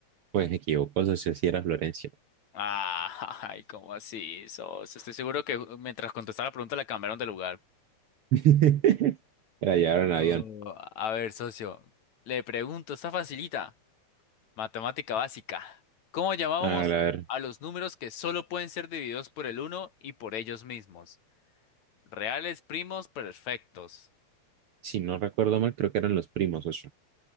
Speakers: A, on the right; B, on the left.
A: Pues me equivoco, socio, si era Florencia.
B: Ah, <laughs> ay, ¿cómo así, socio? Estoy seguro que ju- mientras contestaba la pregunta la cambiaron de lugar.
A: <laughs> Era llevar
B: No,
A: en avión.
B: a ver, socio. Le pregunto, está facilita. Matemática básica. ¿Cómo llamábamos
A: A ver,
B: a los números que solo pueden ser divididos por el uno y por ellos mismos? Reales, primos, perfectos.
A: si no recuerdo mal, creo que eran los primos, socio.